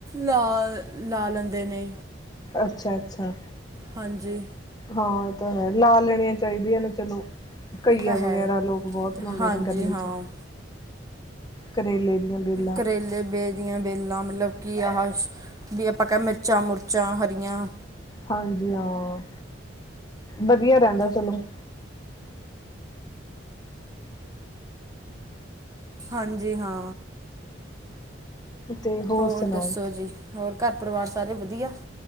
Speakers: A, on the right; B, on the left.
A: ਲਾ-ਲਾ ਲੈਂਦੇ ਨੇ।
B: ਅੱਛਾ ਅੱਛਾ
A: ਹਨ ਜੀ
B: ਹਾਂ ਇਹ ਲਾ ਲੈਣੀਆਂ ਚਾਹੀਦੀਆਂ ਨੇ ਚਲੋ ਘਈਆ
A: ਇਹ ਤਾਂ ਹੈ
B: ਵਗੈਰਾ
A: ਹੀ
B: ਲੋਕ ਬਹੁਤ ਲਾਉਂਦੇ
A: ਹਾਂਜੀ
B: ਨੇ ਗਰਮੀ
A: ਹਾਂ
B: 'ਚ ਕਰੇਲੇ ਦੀਆਂ ਵੇਲਾਂ
A: ਕਰੇਲੇ ਬੇ ਦੀਆਂ ਵੇਲਾਂ ਮਤਲਬ ਕੀ ਆਹ ਵੀ ਆਪਾਂ ਕਹਿ ਮਿਰਚਾਂ ਮੁਰਚਾਂ ਹਰੀਆਂ
B: ਹਾਂਜੀ ਹਾਂ ਵਧੀਆ ਰਹਿੰਦਾ ਚਲੋ
A: ਹਨ ਜੀ ਹਾ
B: ਤੇ
A: ਹੋਰ
B: ਸੁਣਾਓ
A: ਦੱਸੋ ਜੀ ਹੋਰ ਘਰ ਪਰਿਵਾਰ ਸਾਰੇ ਵਧੀਆ